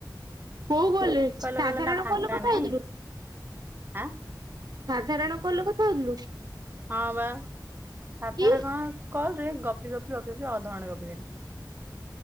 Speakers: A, on the right; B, on the right.
A: ହୋ <inaudible> କଲୁ
B: ହେଲା
A: ସାଧାରଣ
B: କହିଲେ କହିଲେ ନା ଫାଙ୍କା
A: କଲ ରୁ କଥା
B: ନାଇଁ
A: ହଉଥିଲୁ।
B: ଆଁ।
A: ସାଧାରଣ କଲରେ କଥା ହଉଥିଲୁ।
B: ହଁ ବା ସାଧାରଣ
A: କି
B: କଣ କଲ। ରେ ଗପି ଗପି ଗପି ଗି ଅଧ ଘଣ୍ଟା ଗପି ଲିଣି।